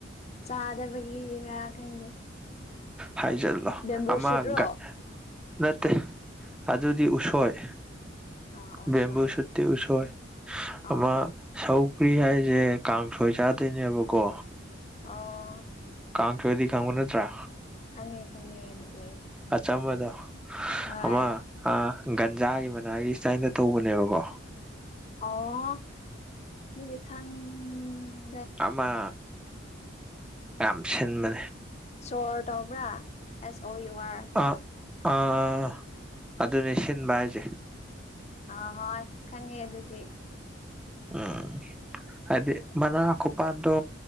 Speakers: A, on the left (about 35°); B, in the centre.
A: ꯆꯥꯗꯕꯒꯤꯔ ꯈꯪꯗꯦ
B: ꯍꯥꯏꯖꯤꯜꯂꯣ
A: ꯕꯦꯝꯕꯨ
B: ꯑꯃꯒ
A: ꯁꯨꯠꯔꯣ
B: ꯅꯠꯇꯦ ꯑꯗꯨꯗꯤ
A: ꯅꯠꯇꯦ
B: ꯎꯁꯣꯏ
A: ꯑꯥ ꯑꯣꯁꯣꯏ
B: ꯕꯦꯝꯕꯨ ꯁꯨꯠꯇꯤ ꯎꯁꯣꯏ
A: ꯑꯥ
B: ꯑꯃ
A: ꯑꯣ
B: ꯁꯧꯒ꯭ꯔꯤ ꯍꯥꯏꯁꯦ ꯀꯥꯡꯁꯣꯏ ꯆꯥꯗꯣꯏꯅꯦꯕꯀꯣ
A: ꯑꯣ
B: ꯀꯥꯡꯁꯣꯏꯗꯤ ꯈꯥꯡꯕ ꯅꯠꯇ꯭ꯔꯥ
A: ꯈꯪꯉꯦ ꯈꯪꯉꯦ ꯑꯗꯨꯗꯤ
B: ꯑꯆꯝꯕꯗꯣ
A: ꯍꯣꯏ
B: ꯑꯃ ꯒꯟꯖꯥꯒꯤ ꯃꯅꯥꯒꯤ ꯏꯁꯇꯥꯏꯟꯗ ꯇꯧꯕꯅꯦꯕꯀꯣ
A: ꯑꯣ ꯑꯗꯨꯗꯤ ꯈꯪ
B: ꯑꯃꯥ ꯌꯥꯝ ꯁꯤꯟꯕ
A: ꯁꯣꯔ ꯇꯧꯕ꯭ꯔꯥ ꯑꯦꯁ ꯑꯣ ꯌꯨ ꯑꯥꯔ
B: ꯑꯥ ꯑꯥ ꯑꯥ ꯑꯗꯨꯅꯤ ꯁꯤꯟꯕ ꯍꯥꯏꯁꯦ
A: ꯑ ꯍꯣ ꯈꯪꯉꯦ ꯑꯗꯨꯗꯤ
B: ꯎꯝ
A: ꯈꯪꯉꯦ
B: ꯍꯥꯏꯗꯤ
A: ꯈꯪꯉꯦ
B: ꯃꯅꯥ ꯈꯨꯄꯥꯟꯗꯣ